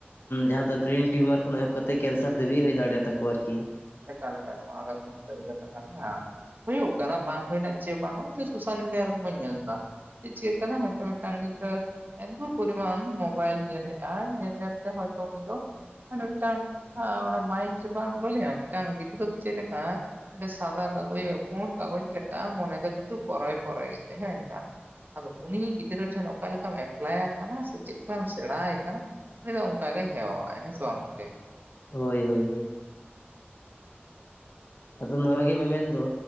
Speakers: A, on the left (about 65°); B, on the right (about 50°).
A: ᱡᱟᱦᱟᱸ ᱫᱚ ᱵᱨᱮᱱ ᱴᱤᱭᱩᱢᱟᱨ ᱠᱷᱚᱱ ᱮᱦᱚᱵ ᱠᱟᱛᱮᱫ ᱠᱮᱱᱥᱟᱨ ᱫᱷᱟᱹᱵᱤᱡ ᱦᱩᱭ ᱫᱟᱲᱮᱭᱟ ᱛᱠᱚᱣᱟ ᱟᱨᱠᱤ
B: ᱞᱮᱫᱚᱢ ᱥ ᱜᱮ ᱠᱷᱟᱱ ᱦ ᱦᱩᱭᱩᱜ ᱠᱟᱱᱟ ᱵᱟᱝ ᱦᱩᱭᱱᱟ ᱪᱮ ᱵᱟᱝ ᱥᱳᱥᱟᱞ ᱢᱤᱰᱤᱭᱟ ᱨᱮᱜ ᱵᱚᱱ ᱧᱮᱞ ᱮᱫᱟ ᱴᱴᱷᱤᱠ ᱪᱮᱫ ᱪᱤᱠᱟᱹ ᱠᱟᱱᱟ ᱦᱛᱚ ᱢᱤᱫᱴᱟᱝ ᱢᱤᱫᱴᱟᱝ ᱜᱤᱫᱽᱨᱟᱹ ᱮᱱᱜ ᱯᱚᱨᱤᱢᱟᱱ ᱢᱳᱵᱟᱭᱤᱞ ᱧᱮᱞᱮᱫᱟᱭ ᱧᱮᱞ ᱧᱮᱞᱛᱮ ᱦᱚᱭᱛ ᱩᱱᱤ ᱫᱚ ᱢᱮ ᱢᱤᱫᱴᱟᱝ ᱚᱱᱟ ᱢᱟᱭᱤᱱ ᱪᱮ ᱵᱟᱝ ᱵᱭᱟ ᱢᱤᱫᱴᱟᱝ ᱜᱤᱫᱽᱨᱟᱹ ᱫᱚ ᱪᱮᱫ ᱞᱮᱠᱟ? ᱢᱤᱫᱴᱮ ᱥᱟᱫᱟ ᱠᱟᱜᱚᱡᱽ ᱯᱩᱬ ᱠᱟᱜᱚᱡᱽ ᱞᱮᱠᱟ ᱢᱚᱱᱮ ᱫᱚ ᱠᱤᱱᱛᱩ ᱯᱚᱨᱚᱭ ᱯᱚᱨᱚᱭ ᱜᱮ ᱠᱟᱛᱮ ᱦᱮᱸ ᱮᱱᱠᱷᱟᱱ ᱟᱫᱚ ᱩᱱᱤ ᱜᱤᱫᱽᱨᱟᱹ ᱴᱷᱮᱱ ᱚᱠᱟ ᱞᱮᱠᱟᱢ ᱮᱯᱞᱟᱭ ᱟᱠᱟᱱᱟ ᱥᱮ ᱪᱮᱫ ᱞᱮᱠᱟᱢ ᱥᱮᱬᱟᱭᱮ ᱠᱟᱱᱟ ᱩᱱᱤ ᱫᱚ ᱚᱱᱠᱟ ᱜᱮ ᱦᱮᱟᱭ ᱦᱮᱸᱥ ᱵᱟᱝᱜ ᱜᱮ
A: ᱦᱳᱭ ᱦᱳᱭ ᱦᱳᱭ ᱟᱫᱚ ᱱᱚᱶᱟ ᱫᱚ ᱜᱮ ᱢᱮᱱᱢᱮᱱ ᱫᱚ